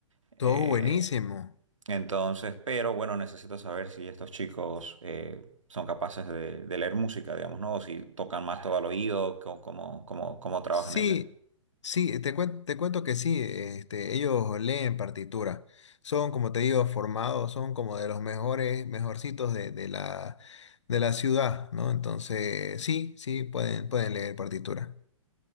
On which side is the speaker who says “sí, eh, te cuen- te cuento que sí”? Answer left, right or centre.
Left